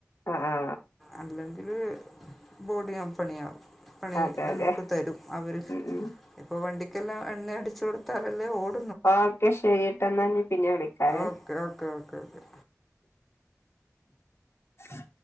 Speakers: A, on the left (about 55°); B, in the centre.
A: ആ ആ
B: അല്ലെങ്കില് ബോഡിയാംപ്പണിയാകും പണി
A: അതെ
B: നമ്മുക്ക്
A: അതെ
B: തരും അവര്
A: ഉം ഉം
B: ഇപ്പൊ വണ്ടിക്കെല്ലാം എണ്ണ അടിച്ചു കൊടുത്താലല്ലേ ഓട്
A: ഓക്കെ ശെരിട്ട എന്നാ ഞ പിന്നെ വിളിക്കാവേ
B: ഓക്കെ ഓക്കെ ഓക്കെ ഓക്കെ
A: ആ